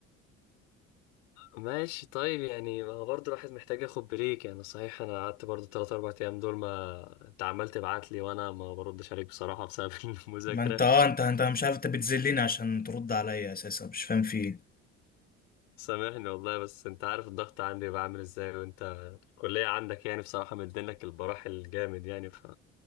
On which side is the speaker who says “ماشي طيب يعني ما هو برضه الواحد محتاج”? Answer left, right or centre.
Left